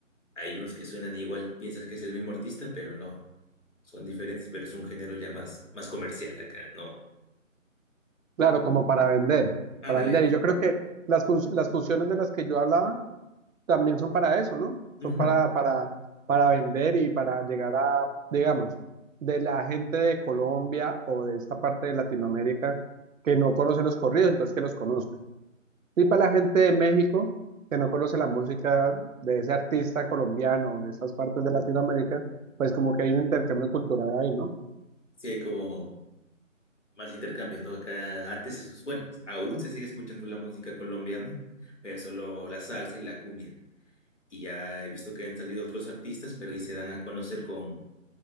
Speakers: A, on the left (about 60°); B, on the right (about 75°).
A: Hay unos que suenan igual, piensas que es el mismo artista, pero no, son diferentes, pero es un género ya más, más comercial acá, ¿no?
B: Claro, como para vender,
A: Ándale.
B: para vender. Y yo creo que las, fus- las fusiones de las que yo hablaba también son para eso, ¿no?
A: Ujú.
B: Son para, para, para vender y para llegar a, digamos, de la gente de Colombia o de esta parte de Latinoamérica que no conoce los corridos, entonces que los conozca. Y para la gente de México que no conoce la música de ese artista colombiano de estas partes de Latinoamérica, pues como que hay un intercambio cultural ahí, ¿no?
A: Sí, hay como más intercambiando acá. Antes, es- bueno, aún se sigue escuchando la música colombiana, pero solo la salsa y la cumbia. Y ya he visto que han salido otros artistas, pero y se dan a conocer con,